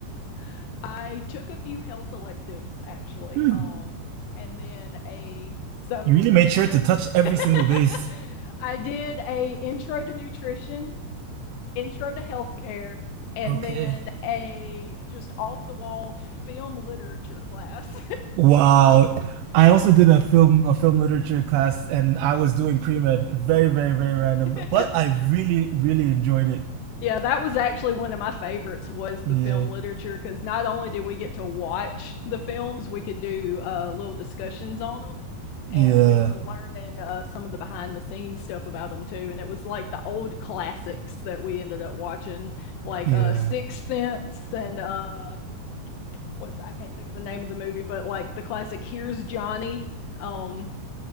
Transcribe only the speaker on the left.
<laughs> I took a few health electives actually,
um, and then a so
one
of
<laughs>
I did a intro to nutrition, intro to healthcare, and
then a just off the wall film literature class.
<laughs>
um,
<laughs>
Yeah, that was actually one of my favorites was the
film literature because not only did we get to watch the films, we could do uh, little discussions on them,
and we were learning uh, some of the behind the scenes stuff about them too. And it was like the old classics that we ended up watching, like
uh, Sixth Sense and uh, what's I can't think of the name of the movie, but like the classic Here's Johnny, um,